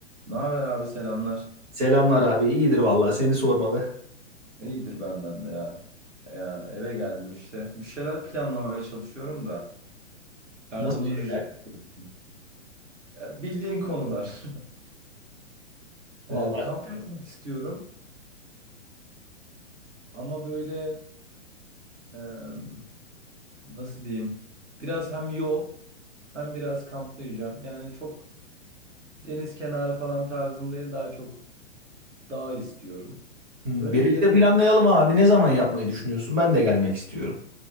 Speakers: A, on the right; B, on the right.
A: Ne haber abi selamlar.
B: Selamlar abi. İyidir vallahi seni sormalı.
A: İyidir benden de ya. Ya eve geldim işte. Bir şeyler planlamaya çalışıyorum da yardımını
B: Nasıl şeyler?
A: rica ediyorum. Ya bildiğin konular. <laughs>
B: Vallahi
A: E, kamp yapmak istiyorum ama böyle e, nasıl diyeyim? Biraz hem yol hem biraz kampta yiyeceğim. Yani çok deniz kenarı falan tarzım değil daha çok dağ istiyorum.
B: Hmm,
A: Böyle
B: birlikte
A: bir yere...
B: planlayalım abi. Ne zaman yapmayı düşünüyorsun? Ben de gelmek istiyorum.